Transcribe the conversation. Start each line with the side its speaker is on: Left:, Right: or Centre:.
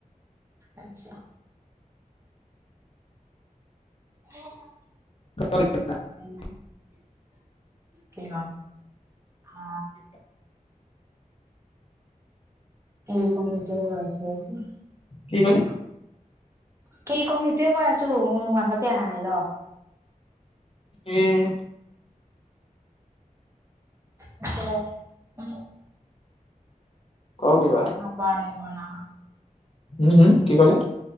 Right: আত্ছা। এ <unintelligible>
Left: <unintelligible>
Right: <unintelligible> কি বাল? অ মোক মোত ৰাইছিলে।
Left: কি কলি
Right: কি ক'ম সেইটোয়ে কৈ আছোঁ মোৰ মাঠাতে অহা নাই ৰহ।
Left: উম
Right: নচলাও উ
Left: ক কিবা
Right: সেটো পাৰিব না।
Left: উম হুম কি ক'লে